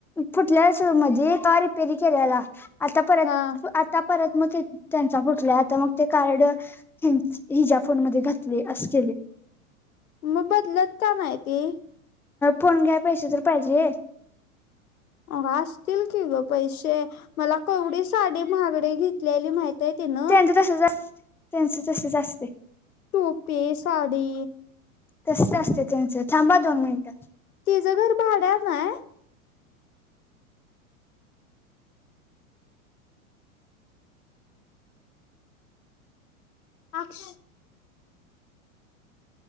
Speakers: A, in the centre; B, on the left.
A: फुटल्या शरू मध्ये पार रिपेरिं केलेला. आता परत
B: हा
A: आता परत मग ते त्यांचा फुटलाय आता मग ते कार्ड. हिजा फोन मध्ये घातले असं केलेय.
B: मग बदलत का नाही ती.
A: फोन घ्याय पैसे तर पाहिजे.
B: असतील की गं पैसे. मला केवढी साडी माहागडी घेतलेली माहितय तिनं.
A: त्यांचं तसंच असतंय त्यांचं तसंच असतंय.
B: टुपी साडी.
A: तसंच असते त्यांचं, थांब दोन मिनिटं.
B: तिच घर भाड्यान आय. <unintelligible>